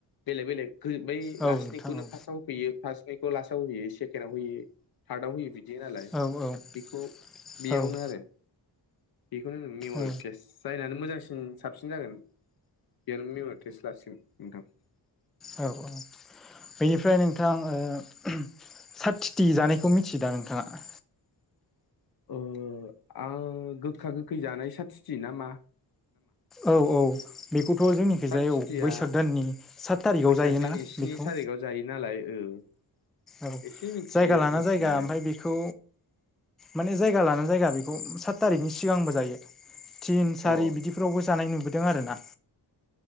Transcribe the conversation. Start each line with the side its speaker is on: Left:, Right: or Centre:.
Left: बेलेग बेलेग बै
Centre: औ
Left: लास्टनिखौनो
Centre: नोंथां औ
Left: फार्स्टआव होफैयो। फार्स्टनिखौ लास्टआव होयो सेकेण्डआव होयो थार्डआव होयो बिदि बिदि नालाय
Centre: औ औ
Left: बेखौ
Centre: औ
Left: बेयावनो आरो बेखौनो नों मेमरि
Centre: औ
Left: टेस्ट जायनानै मोजां सि साबसिन जागोन बेनो मेमर टेस्ट लासिगोन नोंथां
Centre: औ औ बेनिफ्राय नों थां ओ साथिथि जानायखौ मिथिदां नोंथाङा
Left: ओ आं गोखा गोखै जानाय साथिथि नामा
Centre: औ औ बेखौथ' जोंनिखिजाय
Left: साथिथिया
Centre: औ बैसाग दाननि सात थारिखाव
Left: बैसाग
Centre: जायोना
Left: दिननि स्नि
Centre: बेखौ
Left: थारिखआव जायो नालाय औ
Centre: औ
Left: एसे मिथियो
Centre: जायगा लाना
Left: मिथिनायालाय
Centre: जायगा ओमफ्राय बेखौ माने जायगा लाना जायगा बे बेखौ सात थारिखनि सिगांबो जायो थिन सारि
Left: अ
Centre: बिदिफोरावबो जानाय नुबोदों आरो ना